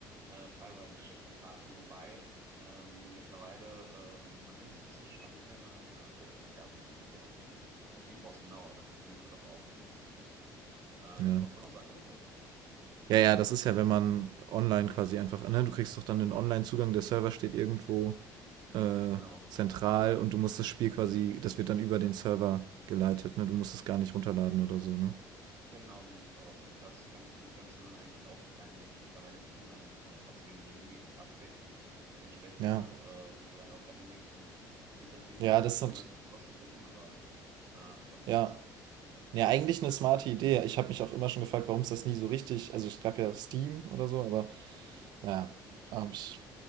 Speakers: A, on the right; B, on the right.
A: äh, teilweise schlechte Karten. Wobei ähm, mittlerweile äh, meines Wissensstands ja nach, ah, okay, das geht ja, funktioniert ja. GeForce Now, das dürfte doch auch funktionieren. Äh,
B: ja.
A: GeForce Now, sagt dir das was?
B: Ja, ja, das ist ja, wenn man online quasi einfach, ne, du kriegst doch dann den Online-Zugang, der Server steht irgendwo äh,
A: Genau.
B: zentral und du musst das Spiel quasi, das wird dann über den Server geleitet, ne? Du musst es gar nicht runterladen oder so, ne?
A: Genau so sieht's aus. Und das kannst du, könntest du dann eigentlich auch mit deinem Mac mittlerweile tun. Dann äh, hast du den Gaming-Aspekt entsprechend
B: Ja.
A: auch äh, mittlerweile auch bei den Macs drin. Ist natürlich mit
B: Ja,
A: monatlichen
B: das hat,
A: Kosten verbunden, aber äh, was soll's.
B: ja, Ja, eigentlich eine smarte Idee. Ich habe mich auch immer schon gefragt, warum es das nie so richtig. Also es gab ja Steam oder so, aber ja. Ähm, ich,